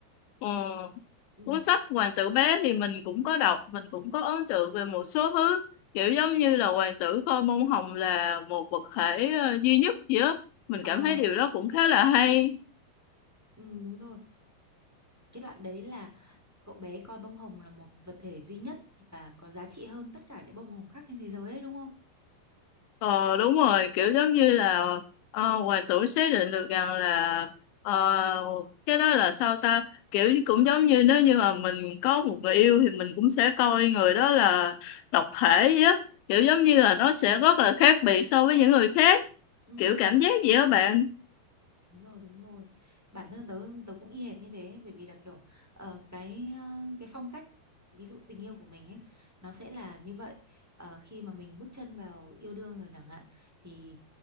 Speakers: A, on the left (about 90°); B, in the centre.
A: ừ,
B: Ừ.
A: cuốn sách Hoàng tử bé thì mình cũng có đọc mình cũng có ấn tượng về một số thứ kiểu giống như là hoàng tử coi bông hồng là một vật thể ờ, duy nhất gì á mình
B: Ờ,
A: cảm thấy điều đó cũng khá là hay
B: ừ, đúng rồi. Cái đoạn đấy là cậu bé coi bông hồng là một vật thể duy nhất và có giá trị hơn tất cả những bông hồng khác trên thế giới đấy đúng không?
A: Ờ đúng rồi kiểu giống như là ờ, hoàng tử xác định được rằng là ờ, cái đó là sao ta kiểu như- cũng giống như nếu như mà mình có một người yêu thì mình cũng sẽ coi người đó là độc thể vậy á kiểu giống như là nó sẽ rất là khác biệt so với những người khác
B: Ừ.
A: kiểu cảm giác vậy đó bạn
B: Đúng rồi, đúng rồi. Bản thân tớ tớ cũng y hệt như thế bởi vì là kiểu ờ, cái ờ, cái phong cách ví dụ tình yêu của mình ấy nó sẽ là như vậy. Ờ, khi mà mình bước chân vào yêu đương rồi chẳng hạn thì